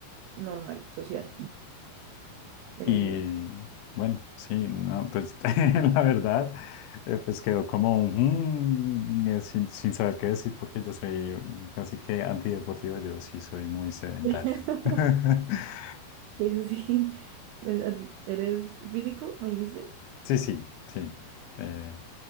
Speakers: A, on the right; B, on the left.
A: normal, social. Pero
B: Y
A: sí.
B: bueno, sí, no, pues <laughs> la verdad, eh, pues quedó como un, mm, eh, sin, sin saber qué decir, porque yo soy casi que antideportivo, yo sí soy muy sedentario.
A: <laughs>
B: <laughs>
A: Pues sí. Pues, ¿a ti- ¿eres físico? Me dijiste.
B: Sí, sí, sí. Eh,